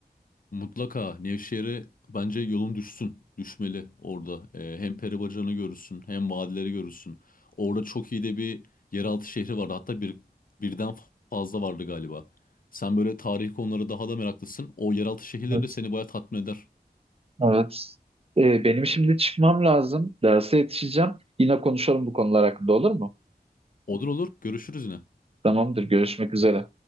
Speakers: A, on the left; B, on the right.
A: Mutlaka Nevşehir'e bence yolun düşsün. Düşmeli orada. Ee, hem peri bacalarını görürsün hem vadileri görürsün. Orada çok iyi de bir yeraltı şehri vardı. Hatta bir, birden fazla vardı galiba. Sen böyle tarih konuları daha da meraklısın. O yeraltı şehirleri
B: Evet.
A: de seni bayağı tatmin eder.
B: Evet. Ee, benim şimdi çıkmam lazım. Derse yetişeceğim. Yine konuşalım bu konular hakkında olur mu?
A: Olur olur görüşürüz yine.
B: Tamamdır. Görüşmek üzere.